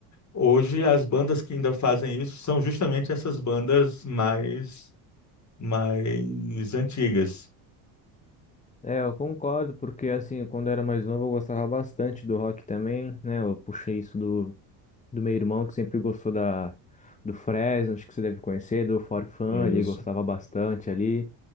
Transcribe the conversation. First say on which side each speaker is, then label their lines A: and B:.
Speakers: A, on the left; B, on the left.
A: Hoje, as bandas que ainda fazem isso são justamente essas bandas mais, mais antigas.
B: É, eu concordo, porque assim, quando eu era mais novo eu gostava bastante do rock também, né? Eu puxei isso do do meu irmão, que sempre gostou da, do Fresno, acho que você deve conhecer, do Forfã
A: Isso.
B: ele gostava bastante ali.